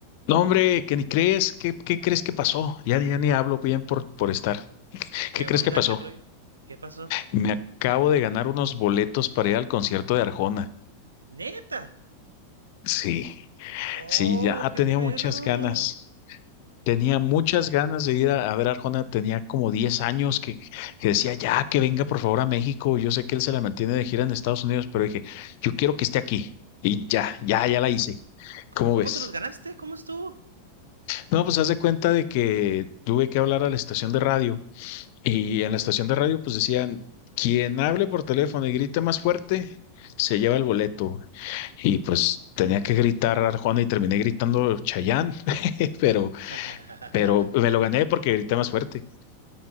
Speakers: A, on the left (about 50°); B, on the right (about 75°).
A: No, hombre, que ni crees, ¿qué, qué crees que pasó? Ya, ya ni hablo bien por, por estar.
B: ¿Qué
A: ¿Qué crees
B: onda?
A: que pasó?
B: ¿Qué rollo? ¿Qué pasó?
A: Me acabo de ganar unos boletos para ir al concierto de Arjona.
B: ¡Neta!
A: Sí,
B: ¡Oh,
A: sí, ya
B: qué
A: tenía
B: perro!
A: muchas ganas. Tenía muchas ganas de ir a, a ver a Arjona. Tenía como 10 años que, que decía, ya, que venga por favor a México. Yo sé que él se la mantiene de gira en Estados Unidos, pero dije, yo quiero que esté aquí. Y ya, ya, ya la hice. ¿Cómo
B: ¿Cómo
A: ves?
B: te los ganaste? ¿Cómo estuvo?
A: No, pues haz de cuenta de que tuve que hablar a la estación de radio Y en la estación de radio, pues decían, quien hable por teléfono y grite más fuerte, se lleva el boleto. Y pues tenía que gritar Arjona y terminé gritando Chayán, <laughs> pero,
B: <laughs>
A: pero me lo gané porque grité más fuerte.